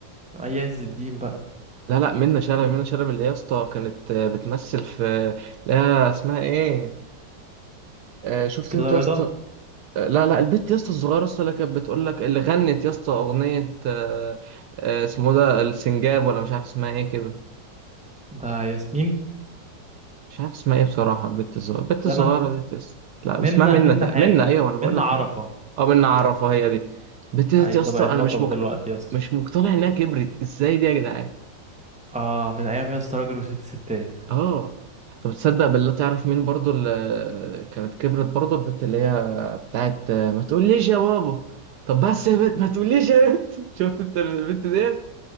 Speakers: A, in the centre; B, on the right (about 70°).
A: اي عز الدين بقى
B: لا لا منة شلبي منة شلبي اللي يا اسطى كانت آه، بتمثل في لا اسمها إيه آه، شفت
A: كده
B: أنت يا
A: رضا
B: اسطى لا لا البت يا اسطى الصغيره يا اسطى اللي كانت بتقول لك اللي غنت يا اسطى اغنيه آه، آه، اسمه ده السنجاب ولا مش عارف اسمها ايه كده
A: ده ياسمين
B: مش عارف اسمها ايه بصراحه البت الصغيره البت
A: جنى
B: الصغيره دي يا اسطى لا
A: منا
B: اسمها منى
A: منا
B: تق-
A: حاجة
B: منى ايوه انا بقول
A: منا
B: لك
A: عرفة
B: منى اه منى عرفها هي دي البت دي
A: اي
B: يا اسطى
A: ده بقت بطل
B: انا مش مك...
A: دلوقتي يا اسطى
B: مش مقتنع انها كبرت ازاي دي يا جدعان
A: اه من ايام يا اسطى راجل وست ستات
B: اه طب تصدق بالله تعرف مين برضو اللي كانت كبرت برضو البت اللي هي بتاعت آه، ما تقوليش يا بابا طب بس يا بنت ما تقوليش يا بنت <laughs> شفت انت البنت ديت